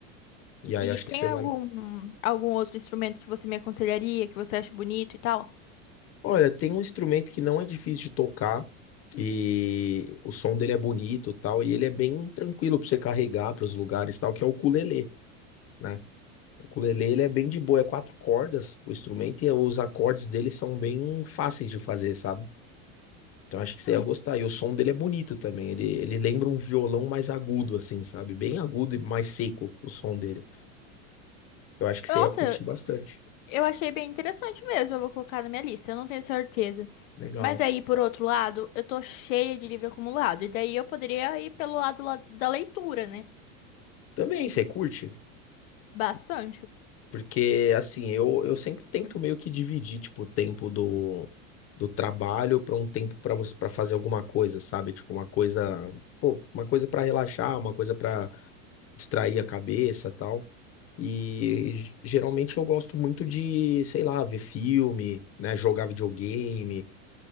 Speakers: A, on the left (about 35°); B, on the left (about 70°).
A: E aí
B: E
A: acho
B: tem
A: que você vai.
B: algum, algum outro instrumento que você me aconselharia, que você acha bonito e tal?
A: Olha, tem um instrumento que não é difícil de tocar e o som dele é bonito, e tal, e ele é bem tranquilo para você carregar para os lugares, e tal, que é o ukulele, né? O ukulele ele é bem de boa, é quatro cordas o instrumento e os acordes dele são bem fáceis de fazer, sabe? Então acho que você
B: Hum,
A: ia gostar. E o som dele é bonito também. Ele, ele lembra um violão mais agudo, assim, sabe? Bem agudo e mais seco o som dele. Eu acho que
B: nossa,
A: você ia curtir bastante.
B: eu achei bem interessante mesmo. Eu vou colocar na minha lista, eu não tenho certeza.
A: Legal.
B: Mas aí, por outro lado, eu tô cheia de livro acumulado. E daí eu poderia ir pelo lado la- da leitura, né?
A: Também você curte?
B: Bastante.
A: Porque, assim, eu, eu sempre tento meio que dividir, tipo, o tempo do, do trabalho para um tempo para você para fazer alguma coisa, sabe? Tipo, uma coisa, pô, uma coisa para relaxar, uma coisa para distrair a cabeça, tal. E geralmente eu gosto muito de, sei lá, ver filme, né, jogar videogame.